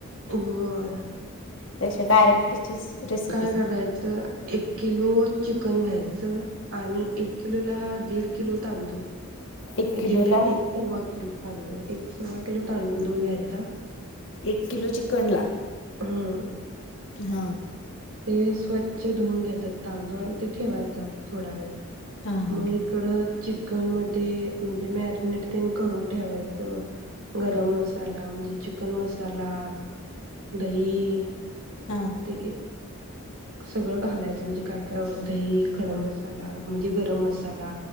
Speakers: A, on the right; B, on the left.
A: होय,
B: त्यापेक्षा डायरेक्टचीच
A: मग
B: रेसिपी
A: काय
B: सांग.
A: करायचं एक किलो चिकन घ्यायचं च आणि एक किलोला दीड किलो तांदूळ
B: एक किलोला
A: दीड एक सव्वा किलो तांदूळ एक सव्वा किलो तांदूळ घ्यायचा
B: एक किलो चिकन ला
A: हम्म
B: हा
A: ते स्वच्छ धुवून घ्यायचत तांदूळ आणि ते ठेवायचा थोडा वेळ
B: हां हां
A: मग इकडं चिकन मध्ये, म्हणजे मॅरिनेट ते करून ठेवायच. गरम मसाला म्हणजे चिकन मसाला, दही
B: हां
A: ते सगळं घालायचं म्हणजे काय काय व दही खडा मसाला म्हणजे गरम मसाला